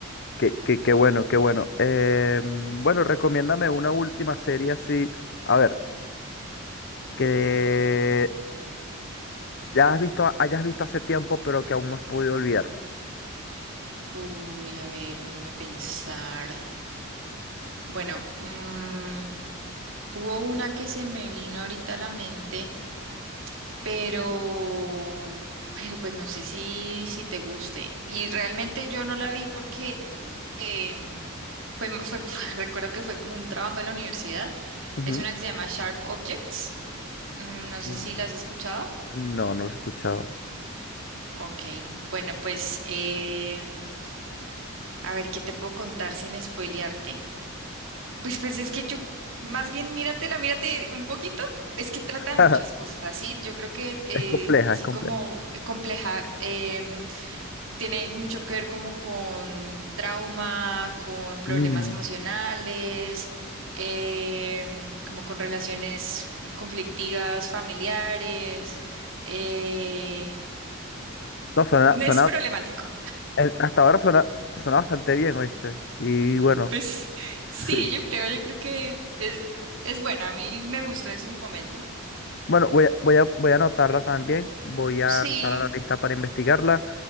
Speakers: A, on the left; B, on the right.
A: Qué, qué, qué bueno, qué bueno. Eh, bueno, recomiéndame una última serie así. A ver, que ya has visto, hayas visto hace tiempo, pero que aún no has podido olvidar.
B: Uy, a ver, déjame pensar. Bueno, mm, hubo una que se me vino ahorita a la mente, pero, pero pues no sé si, si te guste. Y realmente yo no la vi porque eh, fue, fue- <laughs> fue- recuerdo que fue como un trabajo de la universidad.
A: Ujú.
B: Es una que se llama Sharp Objects. Mm, no sé
A: Mm,
B: si la has escuchado.
A: No, no lo he escuchado.
B: Ok, bueno, pues em, a ver qué te puedo contar sin spoilearte. Pues, pues es que yo, más bien míratela, mírate un poquito. Es que trata
A: <laughs>
B: de muchas cosas, ¿sí? Yo creo que eh,
A: Es compleja,
B: así
A: es compleja.
B: como compleja, em, tiene mucho que ver como con trauma, con problemas
A: Mm.
B: emocionales, em, como con relaciones conflictivas, familiares. eh,
A: No, suena,
B: es
A: suena,
B: problemático.
A: el- hasta ahora suena, suena bastante bien, ¿oíste? Y bueno,
B: Pues sí,
A: sí.
B: yo creo, yo creo que es, es buena. A mí me gustó en su momento.
A: Bueno, voy a, voy a, voy a anotarla también, voy a
B: Sí.
A: anotar la lista para investigarla